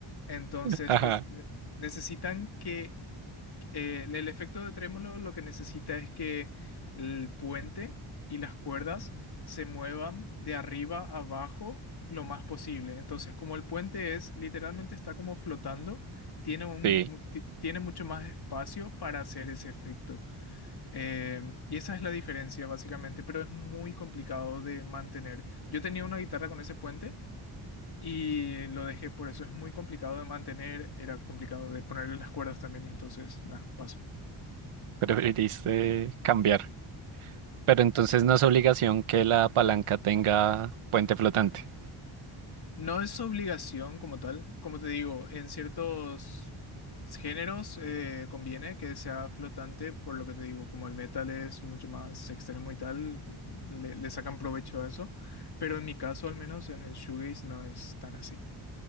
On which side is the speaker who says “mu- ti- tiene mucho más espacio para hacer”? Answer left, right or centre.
Left